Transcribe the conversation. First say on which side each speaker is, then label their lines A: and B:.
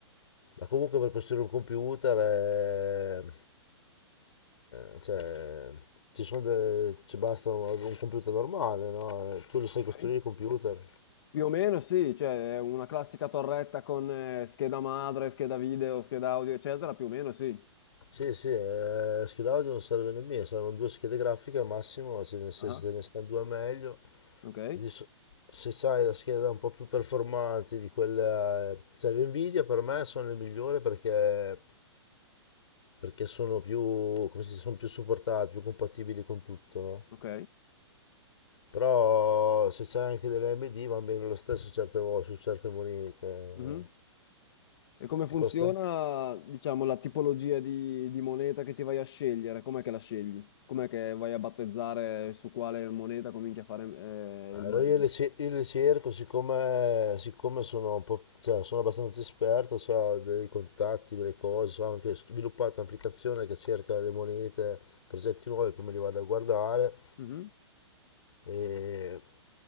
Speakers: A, on the left; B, on the left.
A: Ma comunque per costruire un computer, eh, eh, cioè, ci sono delle- ci basta un un computer normale, no? Eh, Tu lo sai
B: Ok.
A: costruire il computer?
B: Più o meno sì, cioè è una classica torretta con eh, scheda madre, scheda video, scheda audio, eccetera, più o meno sì.
A: Sì, sì, eh, scheda audio non serve nemmeno, servono due schede grafiche al massimo, cioè, nel senso,
B: Ah,
A: se ne stanno due meglio.
B: Ok,
A: Adesso, se sai la scheda un po' più performante di quella, cioè le Nvidia per me sono le migliori perché, perché sono più, come si dice, sono più supportate, più compatibili con tutto, no?
B: ok.
A: Però se c'è anche delle AMD va bene lo stesso certe volte, su certe monete. eh,
B: Mhm. E come
A: Ti
B: funziona,
A: costa,
B: diciamo, la tipologia di, di moneta che ti vai a scegliere? Com'è che la scegli? Com'è che vai a battezzare su quale moneta cominci a fare
A: Allora
B: eh, il mining?
A: io le, ce- io le cerco, siccome, siccome sono un po', cioè, sono abbastanza esperto, cioè, ho dei contatti, delle cose, so, ho anche sviluppato un'applicazione che cerca le monete, progetti nuovi, prima li vado a guardare
B: Mhm.
A: e,